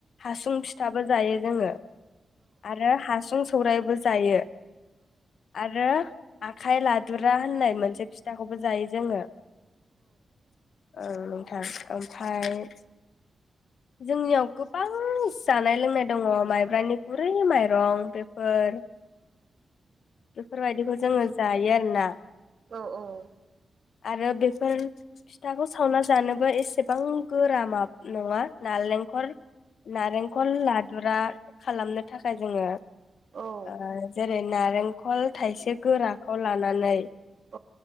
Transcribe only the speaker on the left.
हासुं फिथाबो जायो। जोङो आरो हासुं सौरायबो जायो आरो आखाइ लादुरा होननाय मोनसे फिथा खौबो जायो जोङो । औ नोंथां ओमफाय जोंनियाव गोबां जानाय लोंनाय दङ माइब्रानि गुरै माइरं बेफोर बेफोरबायदिखो जोङो जायो आर ना
आरो बेफोर फिथाखौ सावना जानोब बो एसेबां गोरामाब नङा नालेंखर नारेंखल लादुरा खालामनो थाखाय जोङो
ओ जेद नारेंखल थाइसे गोराखौ लानानै